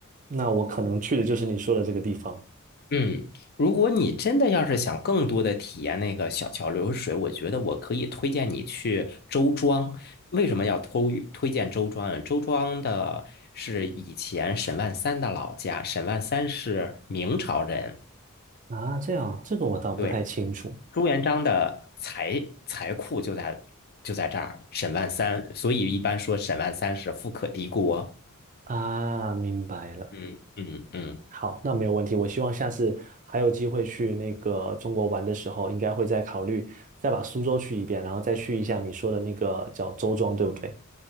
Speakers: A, on the right; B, on the left.
A: 那我可能去的就是你说的这个地方
B: 嗯，如果你真的要是想更多的体验那个小桥流水，我觉得我可以推荐你去周庄。为什么要推推荐周庄啊？周庄的是以前沈万三的老家，沈万三是明朝人，
A: 啊，这样，这个我倒不太清楚
B: 对，朱元璋的财财库就在就在这儿，沈万三，所以一般说沈万三是富可敌国。
A: 啊，明白了。
B: 嗯嗯嗯
A: 好，那没有问题。我希望下次还有机会去那个中国玩的时候，应该会再考虑再把苏州去一遍，然后再去一下你说的那个叫周庄，对不对？